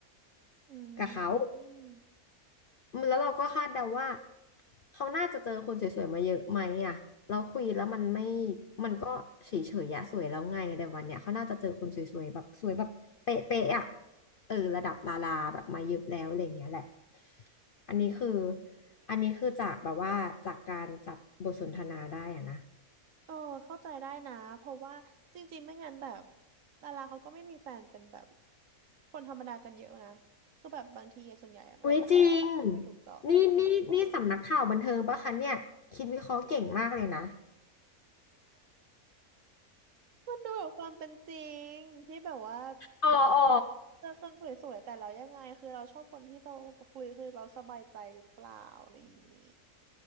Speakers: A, on the right (about 60°); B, on the left (about 60°).
A: อื
B: กับเขา
A: ม
B: แล้วเราก็คาดเดาว่าเขาน่าจะเจอคนสวยๆมาเยอะไหมอ่ะเราคุยแล้วมันไม่มันก็เฉยๆอะสวยแล้วไงแต่วันเนี้ยเขาน่าจะเจอคนสวยๆแบบสวยแบบเป๊ะๆอ่ะเออระดับดาราแบบมาเยอะแล้วอะไรอย่างเงี้ยแหละอันนี้คืออันนี้คือจากแบบว่าจากการจับบทสนทนาได้อ่ะนะ
A: เออเข้าใจได้นะเพราะว่าจริงๆไม่งั้นแบบดาราเขาก็ไม่มีแฟนเป็นแบบคนธรรมดากันเยอะนะคือแบบบางทีอะส่วนใหญ่อะมันแค่
B: อุ้ยจริง
A: ไปถูกเจาะคนไปขอขอ
B: นี่นี่นี่สำนักข่าวบันเทิงปะคะเนี่ยคิดวิเคราะห์เก่งมากเลยนะ
A: มันดูแบบความเป็นจริงที่แบบว่า
B: อ๋ออ๋อ
A: เราคนคุยสวยๆแต่เรายังไงคือเราชอบคนที่สบคุยคือเราสบายใจหรือเปล่าอะไรอย่างนี้